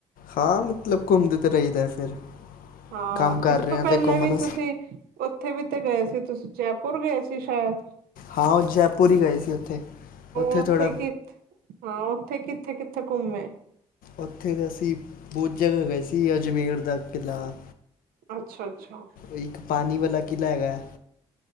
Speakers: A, on the left; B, on the right.
A: ਹਾਂ ਮਤਲਬ ਘੁੰਮਦੇ ਤਾਂ ਰਹੀਦਾ ਏ ਫਿਰ।
B: ਹਾਂ,
A: ਕੰਮ ਕਰ
B: ਇਸ
A: ਰਹੇ
B: ਤੋਂ
A: ਹਾਂ
B: ਪਹਿਲੇ
A: ਤੇ ਘੁੰਮਣ
B: ਵੀ ਤੁਸੀਂ ਉੱਥੇ ਵੀ ਤੇ ਗਏ ਸੀ ਤੁਸੀਂ ਜੈਪੁਰ ਗਏ ਸੀ ਸ਼ਾਇਦ।
A: ਹਾਂ ਉਹ ਜੈਪੁਰ ਹੀ ਗਏ ਸੀ ਉੱਥੇ,
B: ਉਹ
A: ਉੱਥੇ ਥੋੜ੍ਹਾ
B: ਕਿ ਹਾਂ, ਉੱਥੇ ਕਿੱਥੇ ਕਿੱਥੇ ਘੁੰਮੇ?
A: ਉੱਥੇ ਤਾਂ ਅਸੀਂ ਬਹੁਤ ਜਗ੍ਹਾ ਗਏ ਸੀ ਅਜਮੇਰ ਦਾ ਕਿਲ੍ਹਾ
B: ਅੱਛਾ ਅੱਛਾ।
A: ਇੱਕ ਪਾਣੀ ਵਾਲਾ ਕਿਲ੍ਹਾ ਹੈਗਾ।